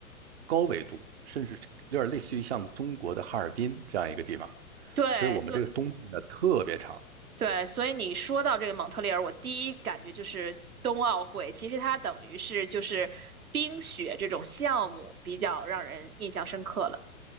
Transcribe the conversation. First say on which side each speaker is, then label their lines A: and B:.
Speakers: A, on the right (about 45°); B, on the right (about 70°).
A: 高纬度，甚至有点类似于像中国的哈尔滨这样一个地方，
B: 对，
A: 所以我们这个冬季呢特别长。
B: 所对，所以你说到这个蒙特利尔，我第一感觉就是冬奥会，其实它等于是就是冰雪这种项目比较让人印象深刻了。